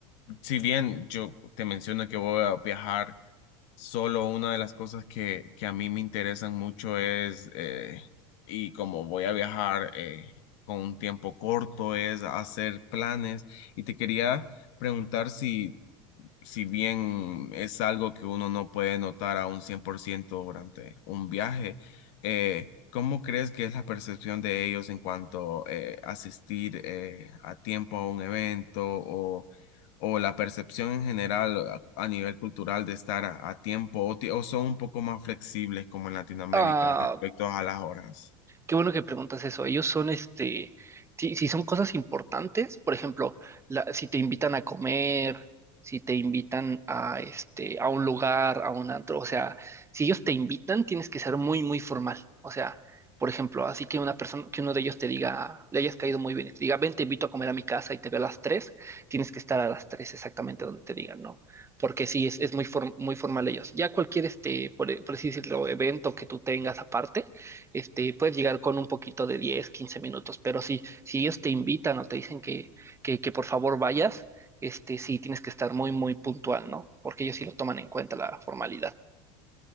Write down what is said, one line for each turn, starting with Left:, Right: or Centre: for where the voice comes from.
Left: si bien yo te menciono que voy a viajar, Solo una de las cosas que, que a mí me interesan mucho es, eh, y como voy a viajar eh, con un tiempo corto, es hacer planes. Y te quería preguntar si, si bien es algo que uno no puede notar a un 100% durante un viaje, eh, ¿cómo crees que es la percepción de ellos en cuanto eh, asistir eh, a tiempo a un evento o, o la percepción en general a, a nivel cultural de estar a, a tiempo o, ti- o son un poco más flexibles como en Latinoamérica
Right: Ah.
Left: respecto a las horas?
Right: Qué bueno que preguntas eso. Ellos son, este, si, si son cosas importantes, por ejemplo, la- si te invitan a comer, si te invitan a, este, a un lugar, a un antro, o sea, si ellos te invitan, tienes que ser muy, muy formal. O sea, por ejemplo, así que una persona, que uno de ellos te diga, le hayas caído muy bien y te diga, ven, te invito a comer a mi casa y te veo a las tres, tienes que estar a las tres exactamente donde te digan, ¿no? Porque sí, es, es muy, form- muy formal ellos. Ya cualquier, este, por, por así decirlo, evento que tú tengas aparte este, puedes llegar con un poquito de 10 15 minutos, pero si, si ellos te invitan o te dicen que, que, que por favor vayas, este, sí tienes que estar muy, muy puntual, ¿no? Porque ellos sí lo toman en cuenta la formalidad.